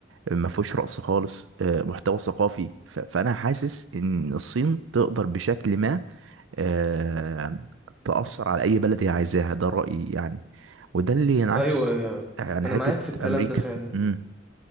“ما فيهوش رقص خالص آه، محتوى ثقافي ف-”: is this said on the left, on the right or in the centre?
Right